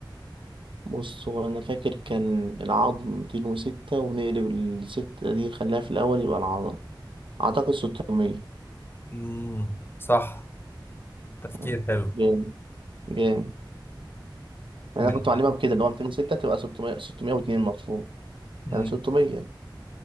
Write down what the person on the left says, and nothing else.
امم صح تفكير
حلو
ماشي
امم